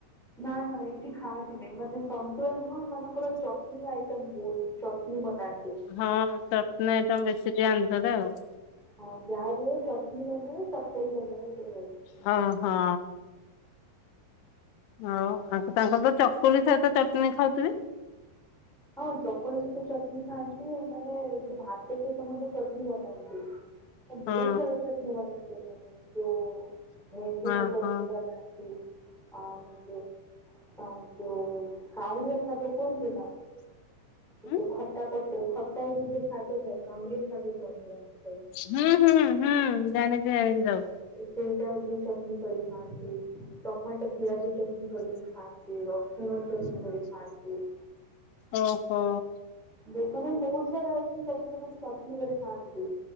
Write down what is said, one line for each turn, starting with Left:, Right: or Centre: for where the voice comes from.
Centre: ନା ନା ଏଇଠି ଖାଆନ୍ତିନେଇଁ ମାନେ ସନ୍ତୁଳା ନୁହଁ ଏମାନଙ୍କର ଚଟନୀ ଆଇ ତାମ୍ ବୋଉ କି ଚଟନୀ ବନା
Left: ହଁ ଚଟନା ଆଇଟମ ବେଶୀ ଟିକେ ଆନ୍ଧ୍ରରେ ଆଉ।
Centre: ହଁ ଯାହା ବି ହଉ ଚଟନୀ ବନେଇବେ ତରକାରୀ ବନେଇବେ ଦି ଆଡ଼ୁ।
Left: ହଁ ହଁ। ହଉ ଆ ତାଙ୍କର ତ ଚକୁଲି ସହିତ ଚଟଣିୀ ଖାଉଥିବେ?
Centre: ହଁ ଚକୁଳି ସହିତ ଚଟନୀ ଖାଆନ୍ତି ମାନେ ଯୋଉ ଭାତ ସହିତ ମଧ୍ୟ ଚଟନୀ ବନାନ୍ତି। ଆ ବହୁତ୍
Left: ହଁ
Centre: ସାରା ଚଟନୀ ବନାନ୍ତି ଏମାନେ। ଯୋଉ ଭେଣ୍ଡିର
Left: ହଁ
Centre: ଚଟନି
Left: ହଁ
Centre: ବନାନ୍ତି ଆଉ ଯୋଉ ଆଉ ଯଉ କାଉଁରିଆ ଶାଗ କୁହନ୍ତି ନା। ଯୋଉ
Left: ହଁ।
Centre: ଖଟା ପତ୍ର ଖଟା ହେଇକି ଯୋଉ ଶାଗ ଥାଏ କାଉଁରିଆ ଶାଗ କୁହନ୍ତି ଆମେ।
Left: ହୁଁ ହୁଁ ହୁଁ ଜାଣିଛି ଜାଣିଛି ସବୁ।
Centre: ଏ ସେଇଟା ବି ଚଟଣି କରି ଖାଆନ୍ତି ଟମାଟୋ ପିଆଜ ଚଟଣିୀ କରି ଖାଆ ନ୍ତି ରସୁଣ ଚଟନୀ କରି ଖାଆନ୍ତି।
Left: ଓ ହୋ।
Centre: ଲୋକ ମାନେ ବହୁତ ସାରା ଅଛି ସବୁ ସେମାନେ ଚଟନୀ କରିଥାଆନ୍ତି।